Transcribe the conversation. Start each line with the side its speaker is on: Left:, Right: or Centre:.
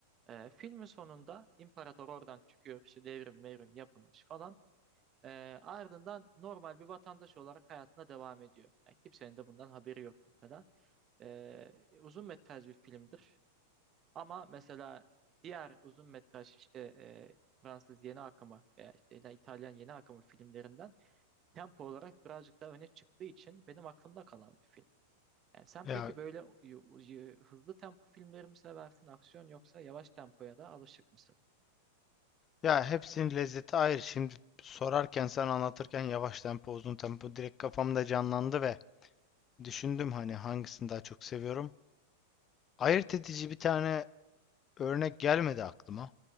Right: Ee, filmin sonunda imparator oradan çıkıyor işte devrim mevrim yapılmış falan. Ee, ardından normal bir vatandaş olarak hayatına devam ediyor. Yani kimsenin de bundan haberi yok mesela. Ee, uzun metraj bir filmdir. Ama mesela diğer uzun metraj işte e, Fransız yeni akımı veya işte İtalyan yeni akımı filmlerinden tempo olarak birazcık daha öne çıktığı için benim aklımda kalan bir film. Yani sen
Left: Ya
Right: peki böyle y- y- hızlı tempo filmleri mi seversin, aksiyon yoksa yavaş tempoya da alışık mısın?
Left: Ya hepsinin lezzeti ayrı. Şimdi sorarken sen anlatırken yavaş tempo uzun tempo direkt kafamda canlandı ve düşündüm hani hangisini daha çok seviyorum. Ayırt edici bir tane örnek gelmedi aklıma.